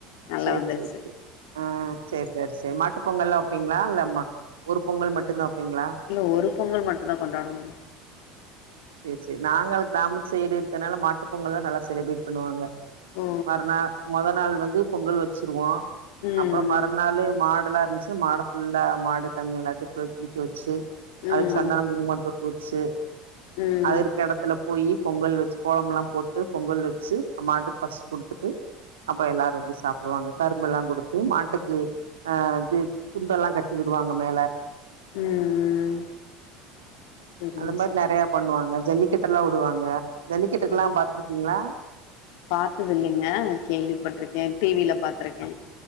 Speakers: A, on the left; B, on the right.
A: நல்லா
B: செர்
A: வந்துருச்சு
B: செர் செர் ம் சேர் செர் செர் மாட்டு பொங்கல்லா வெப்பீங்ளா இல்ல ஒரு பொங்கல் மட்டு தா வெப்பீங்ளா
A: இல்ல ஒரு பொங்கல் மட்டும் தா கொண்டாடுவாங்க
B: செர் செர் நாங்களு கிராம சைடு இருக்கனால மாட்டு பொங்கல் தா நல்லா செலிப்ரேட் பண்ணுவாங்க
A: ஓ
B: மறுநா மொத நாள் வந்து பொங்கல் வச்சிருவோ
A: ம்
B: அப்புறோ மறுநாளு மாடுல்லா இருந்துச் மாட ஃபுல்லா மாடு கன்னு எல்லாத்தையு குளிக்கவெச்சு
A: ம்
B: அதுக்கு சந்தனம் குங்குமம் பொட்டு வச்சு
A: ம் ம்
B: அது இருக்கற எடத்துல போயி பொங்கல் வெச்சு கோலம்லா போட்டு பொங்கல் வெச்சு அம்மாட்டுக் ஃபர்ஸ்ட்டு குடுத்துட்டு அப்றோ எல்லாரு வந்து சாப்புடுவாங்க கரும்பெல்லா குடுத்து மாட்டுக்கு ஆ இது துண்டெல்லா கட்டி விடுவாங்க மேல
A: ம் செரிங்க
B: அந்த மாரி
A: செரி
B: நெறைய பண்ணுவாங்க ஜல்லிக்கட்டுல்லா உடுவாங்க ஜல்லிக்கட்டுக்கல்லா
A: ம்
B: பாத்ருக்கீங்ளா
A: பாத்தது இல்லைங்க கேள்விப்பட்ருக்கே டி வில பாத்ருக்கே